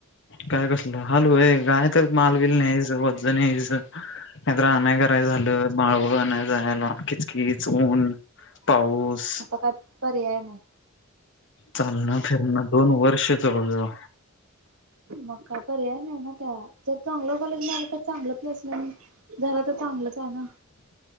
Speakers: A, on the left; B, on the right.
A: काय कसलं हलू होय गावात तर मालबिल न्यायच वज न्यायच नाहीत आणय कराय झालं बाळव आणायला जायला किचकिच ऊन पाऊस
B: आता काय पर्याय नाही
A: चालणं फिरणं दोन वर्ष जवळ जवळ
B: मग काय पर्याय नाही ना त्या जर चांगलं कॉलेज मिळाल तर चांगलं प्लेसमेंट झाल तर चांगलंच आहे ना